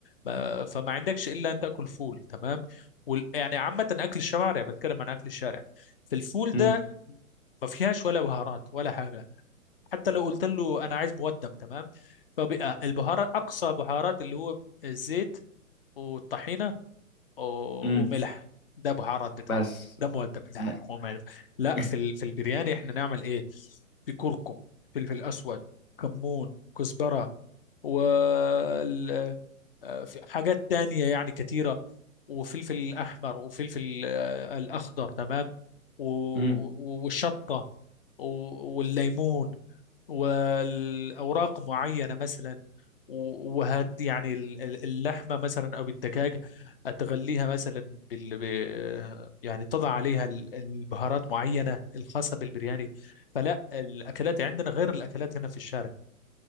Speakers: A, on the left; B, on the left.
A: ما- فما عندكش الا ان تاكل فول تمام وال... يعني عامه اكل الشوارع بتكلم عن اكل الشارع فالفول ده
B: امم
A: ما فيهاش ولا بهارات ولا حاجه حتى لو قلت له انا عايز مودب تمام فبقى البهارات اقصى بهارات اللي هو الزيت والطحينه و-
B: امم
A: وملح ده بهارات بتاعها
B: بس
A: ده مؤدب لا
B: م...
A: هو ما ينفع. لا
B: <laughs>
A: في ال... في البرياني احنا نعمل ايه في كركم فلفل اسود كمون كزبره وال... آه، في حاجات تانية يعني كتيرة وفلفل أحمر وفلفل آه، الأخضر تمام و... و-
B: امم
A: والشطة و- والليمون والاوراق معينه مثلا و- وهت يعني ال- ال- اللحمه مثلا او الدجاج تغليها مثلا بال ب... يعني تضع عليها ال- البهارات معينه الخاصه بالبرياني فلا الاكلات عندنا غير الاكلات هنا في الشارع